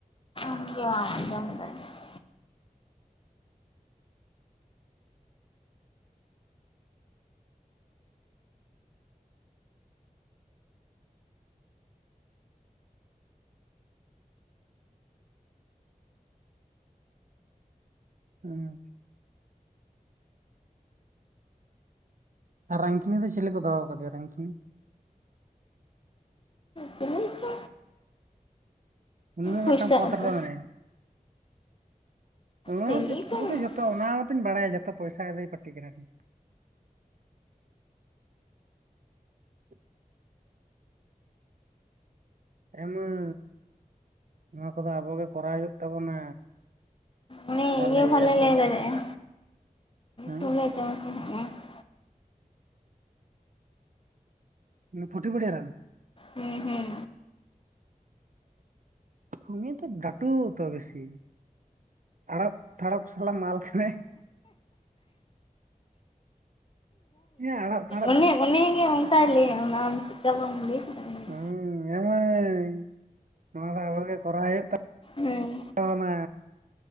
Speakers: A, on the left (about 40°); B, on the right (about 65°).
A: ᱫᱷᱠ ᱜᱮ ᱫᱷᱚᱱᱚᱵᱟᱭ <unintelligible>
B: ᱦᱩᱸ ᱟᱨ ᱨᱟᱱᱠᱷᱤᱱᱤ ᱫᱚ ᱪᱤᱞᱤ ᱠᱚ ᱫᱚᱦᱚᱮ ᱠᱟᱫᱮᱭᱟ ᱨᱟᱱᱠᱤᱱᱤ?
A: ᱪᱤᱞᱤ ᱪᱚ
B: ᱩᱱᱤ ᱦᱚᱸ
A: ᱯᱩᱭᱥᱟᱹ
B: ᱢᱮᱜᱴᱟᱝ ᱯᱚᱫ
A: ᱟᱫᱚ
B: ᱨᱮᱫᱚ ᱢᱮᱱᱟᱭᱟ᱾ ᱚᱱᱟ
A: ᱪᱤᱞᱤ
B: ᱫᱤ ᱠᱩ
A: ᱠᱚ ᱢᱮᱱᱟᱜ
B: ᱫᱚ ᱡᱷᱚᱛᱚ
A: ᱠᱚᱣᱟ
B: ᱚᱱᱟ ᱦᱚᱸᱚᱛᱚᱧ ᱵᱟᱲᱟᱭᱟ ᱡᱚᱛᱚ ᱯᱚᱭᱥ ᱟᱹᱫᱚᱭ ᱯᱟᱹᱴᱤ ᱠᱟᱱᱟᱤᱱ <inaudible> ᱮ ᱢᱟᱹᱭ ᱱᱚᱣᱟ ᱠᱚᱫᱚ ᱟᱵᱚ ᱜᱮ ᱠᱚᱨᱟᱣ ᱦᱩᱭᱩᱜ ᱛᱟᱵᱚᱱᱟ᱾
A: ᱩᱱᱤ ᱤᱭᱟᱹ
B: ᱛᱟᱦᱚᱞᱮ
A: ᱮ ᱵᱷᱞᱮ
B: ᱤᱭᱟᱹᱨ ᱯᱚᱨᱮ
A: ᱞᱟᱹᱭ ᱫᱟᱨᱮ ᱟ
B: ᱦᱮᱸ
A: ᱛᱩᱞᱟᱹᱭ ᱪ ᱢᱮ ᱥᱮᱮ ᱦᱮ <unintelligible>
B: ᱤᱱᱤ ᱯᱷᱩᱴᱤ ᱯᱤᱰᱟᱹ ᱨᱮᱮ?
A: ᱦᱩᱸ ᱦᱩᱸ
B: ᱩᱱᱤ ᱛᱚ ᱰᱟᱴᱩ ᱛᱚ ᱵᱤᱥᱤ ᱟᱲᱚᱯ ᱛᱷᱟᱲᱚᱯ ᱥᱟᱞᱟᱜ ᱢᱟᱞ ᱠᱟᱱᱟᱭ ᱦᱮᱸ ᱟᱲᱟᱜ ᱛᱟᱲᱟᱜ
A: ᱚᱱᱮ
B: ᱠᱚ
A: ᱩᱱᱤ ᱜᱮ ᱚᱱᱠᱟᱭ ᱞᱟᱹᱭ ᱟᱢ ᱪᱮᱫ ᱠᱟ ᱵᱟᱢ ᱞᱟᱹᱭ ᱠᱮᱫᱟ ᱩᱱᱤ
B: ᱦᱩᱸ ᱮᱢ ᱢᱟᱹᱭ ᱱᱚᱣᱟ ᱫᱚ ᱟᱵᱚᱜᱮ ᱠᱚᱨᱟᱣᱮᱫ ᱛᱟᱵᱚᱱᱟ
A: ᱦᱮᱸ